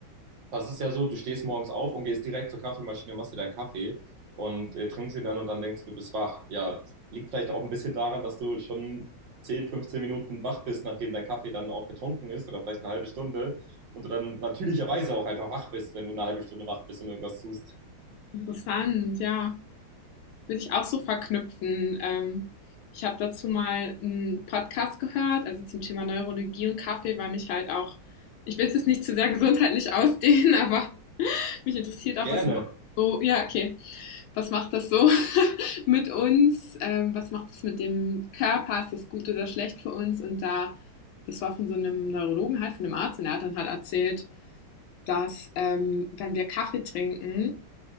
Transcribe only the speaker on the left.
interessant, ja. Würde ich auch so verknüpfen. Ähm, ich habe dazu mal einen Podcast gehört, also zum Thema Neurologie und Kaffee, weil mich halt auch, ich will es jetzt nicht zu sehr gesundheitlich <laughs> ausdehnen, aber Mich interessiert auch,
was macht so, ja, okay. Was macht das so <laughs> mit uns? Ähm, was macht das mit dem Körper? Ist das gut oder schlecht für uns? Und da, das war von so einem Neurologen, halt von einem Arzt, und er hat dann halt erzählt, dass ähm, wenn wir Kaffee trinken,